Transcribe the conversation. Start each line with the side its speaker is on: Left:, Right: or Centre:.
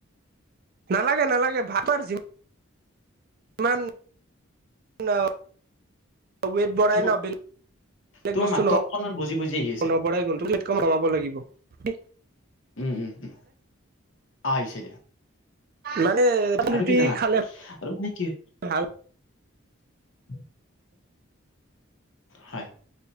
Right: নালাগে নালাগে ভাতৰ যি মান, আ ৱেট বঢ়াই
Left: তোমাৰ
Right: ন বেল বেলেগ
Left: তোমাৰ
Right: বস্তু
Left: মাতটো
Right: ন,
Left: অকনমান বুজি বুজি আহি আছে
Right: নৱৰাই কিন্তু বুজি পাই, ৱেট কমাব লাগিব। কি?
Left: উ, উ, উ, আহিছে দিয়া।
Right: মানে
Left: আৰু
Right: ৰুটি
Left: কি জানা
Right: খালে
Left: আৰু মানে কি
Right: ভাল।
Left: <inaudible> হয়